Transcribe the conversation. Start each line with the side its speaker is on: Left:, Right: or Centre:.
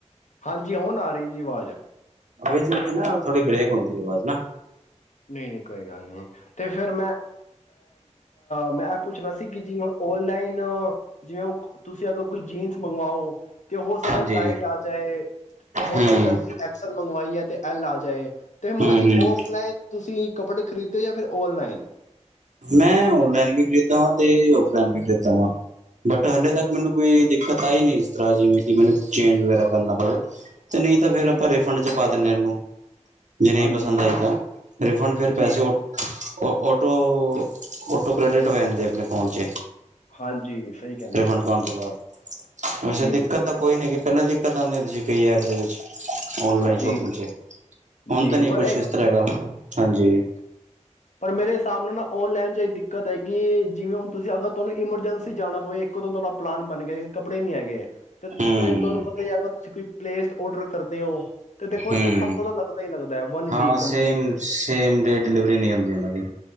Left: ਹਾਂਜੀ ਹੁਣ ਆ ਰਹੀ ਜੀ ਆਵਾਜ਼।
Right: ਵਿੱਚ-ਵਿੱਚ ਨਾ ਥੋੜੀ ਬਰੇਕ ਹੁੰਦੀ ਆਵਾਜ਼ ਨਾ।
Left: ਨਹੀਂ ਨਹੀਂ ਕੋਈ ਗੱਲ ਨਹੀਂ ਤੇ ਫਿਰ ਮੈਂ ਪੁੱਛਣਾ ਸੀ ਕਿ ਜੀ ਆਨਲਾਈਨ ਜਿਵੇਂ ਤੁਸੀਂ ਕੋਈ ਜੀਨਸ ਮੰਗਵਾਓ ਤੇ ਹੋ ਸਕਦਾ
Right: ਹਾਂਜੀ
Left: ਉਹ ਟਾਈਟ ਆ ਜਾਏ, ਹੋ
Right: ਹੂੰ
Left: ਸਕਦਾ ਤੁਸੀਂ ਐਕਸਲ ਮੰਗਵਾਈ ਹੈ। ਤੇ ਐਲ ਆ ਜਾਏ। ਤੇ ਮਤਲਬ
Right: ਹੂੰ
Left: ਕਿ
Right: ਹੂੰ
Left: ਔਫਲਾਈਨ ਤੁਸੀਂ ਕੱਪੜੇ ਖਰੀਦੇ ਯਾ ਫਿਰ ਓਨਲਾਈਨ?
Right: ਮੈਂ ਓਨਲਾਈਨ ਵੀ ਖਰੀਦਾ ਵਾਂ, ਤੇ ਓਫਲਾਈਨ ਵੀ ਖਰੀਦਾ ਵਾ। ਬਟ ਹਲੇ ਤੱਕ
Left: ਅੱਛਾ
Right: ਮੈਨੂੰ ਕੋਈ ਦਿੱਕਤ ਆਈ ਨੀ ਇਸ ਤਰ੍ਹਾਂ ਜਿਵੇਂ <unintelligible> ਚੇਂਜ ਵਗੈਰਾ ਕਰਨਾ ਪਵੇ। ਤੇ ਨਹੀਂ ਤਾਂ ਫੇਰ ਆਪਾਂ
Left: ਜੀ
Right: ਰਿਫੰਡ ਚ ਪਾ ਦਿੰਦੇ ਹਾਂ ਇਹਨੂੰ। ਜੇ ਨਹੀਂ
Left: ਹਾਂਜੀ
Right: ਪਸੰਦ ਆਈ ਤਾਂ, ਰਿਫੰਡ ਫਿਰ ਪੈਸੇ
Left: ਜੀ
Right: ਉ
Left: ਜੀ
Right: ਓ ਓਟੋ। ਓ ਉਟੋ ਕ੍ਰੈਡਿਟ ਹੋ ਜਾਂਦੀ ਆਪਣੇ ਅਕਾਊਂਟ ਚ।
Left: ਹਾਂਜੀ ਸਹੀ ਕਹਿੰਦੇ
Right: ਰਿਫੰਡ
Left: ਪਏ ਹੋ
Right: ਪਾਉਣ ਤੋਂ ਬਾਅਦ, ਵੈਸੇ
Left: ਜੀ
Right: ਦਿੱਕਤ
Left: ਜੀ
Right: ਤਾਂ ਕੋਈ ਨੀ। ਪਹਿਲੇ ਦਿੱਕਤ ਆਉਂਦੀ ਹੁੰਦੀ ਸੀ ਕਈ ਐਪ ਦੇ ਵਿੱਚ। ਓਨਲਾਈਨ
Left: ਜੀ
Right: ਸ਼ੋਪਿੰਗ ਚ, ਹੁਣ
Left: ਜੀ
Right: ਤਾਂ ਨਹੀਂ
Left: ਪਰ
Right: ਕੁਛ
Left: ਇੱਕ
Right: ਇਸ ਤਰ੍ਹਾਂ ਹੈਗਾ? ਹਾਂਜੀ।
Left: ਪਰ ਮੇਰੇ ਹਿਸਾਬ ਨਾਲ ਨਾ ਔਨਲਾਈਨ ਚ ਏ ਦਿੱਕਤ ਹੈਗੀ ਏ ਜਿਵੇਂ ਹੁਣ ਤੁਸੀਂ ਅਗਰ ਤੁਹਾਨੂੰ ਇਮਰਜੈਂਸੀ ਜਾਣਾ ਪਵੇ, ਇੱਕੋ ਦਮ ਤੁਹਾਡਾ ਪਲਾਨ ਬਣ ਗਿਆ, ਕਿ ਕੱਪੜੇ ਨੀ ਹੈਗੇ
Right: ਹੂੰ
Left: ਤੇ ਤੁਹਾਨੂੰ ਪਤਾ ਹੀ ਹੈਗਾ ਤੁਸੀਂ ਕੋਈ ਪਲੇਸਡ ਔਡਰ ਕਰਦੇ ਹੋ। ਤੇ ਦੇਖੋ
Right: ਹਮ,
Left: ਇੱਕ ਹਫ਼ਤਾ ਤਾਂ ਲੱਗਦਾ ਹੀ ਲੱਗਦਾ ਹੈ ਵਨ
Right: ਹਾਂ
Left: week complete
Right: same same date delivery ਨਹੀਂ ਹੁੰਦੀ ਉਹਨਾਂ ਦੀ।